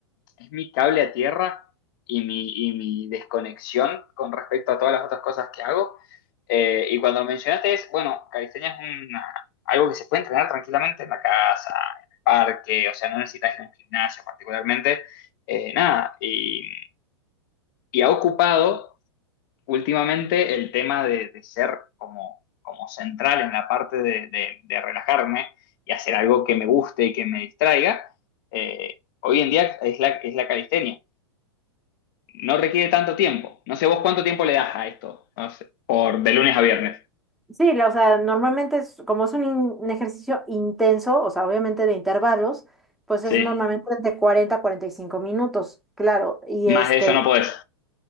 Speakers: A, on the left; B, in the centre.
A: es mi cable a tierra y mi, y mi desconexión con respecto a todas las otras cosas que hago. Eh, y cuando mencionaste es, bueno, calistenia es una- algo que se puede entrenar tranquilamente en la casa, en el parque, o sea, no necesitas ir a un gimnasio particularmente eh, nada, y y ha ocupado últimamente el tema de, de ser como, como central en la parte de, de, de, relajarme y hacer algo que me guste y que me distraiga, eh, hoy en día es la, es la calistenia. No requiere tanto tiempo. No sé vos cuánto tiempo le das a esto, no sé, por de lunes a viernes.
B: Sí, la- o sea, normalmente es- como es un, in- un ejercicio intenso, o sea, obviamente de intervalos, pues
A: Sí,
B: es normalmente de 40 a 45 minutos, claro, y
A: más
B: este,
A: de eso no podés.